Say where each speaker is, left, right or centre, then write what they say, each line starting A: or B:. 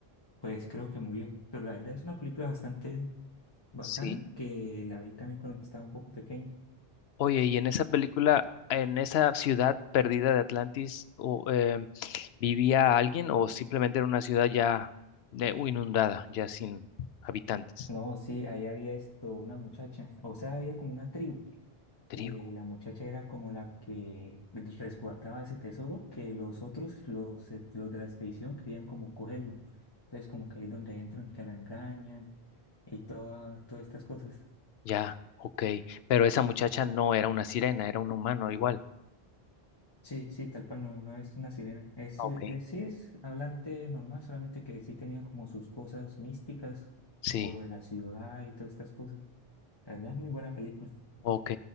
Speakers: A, on the left (about 25°); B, on the left (about 80°).
A: pues creo que murió. Pero la verdad es una película bastante bacana
B: sí.
A: que la vi también cuando estaba un poco pequeño.
B: Oye, y en esa película, en esa ciudad perdida de Atlantis, o, em, ¿vivía alguien o simplemente era una ciudad ya de- u- inundada, ya sin habitantes?
A: No, sí, ahí había esto, una muchacha, o sea, había como una tribu que
B: Tribu,
A: la muchacha era como la que resguardaba ese tesoro, que los otros, los, eh, los de la expedición, querían como cogerlo. Entonces, como que ahí es donde entran, que la engañan y toda, todas estas cosas.
B: ya, ok. Pero esa muchacha no era una sirena, era un humano igual.
A: Sí, sí, tal cual, no, no es una sirena. Es,
B: Ok.
A: eh, sí es hablante normal, solamente que sí tenía como sus cosas místicas
B: Sí,
A: o lo de la ciudad y todas estas cosas. La verdad es muy buena película.
B: ok,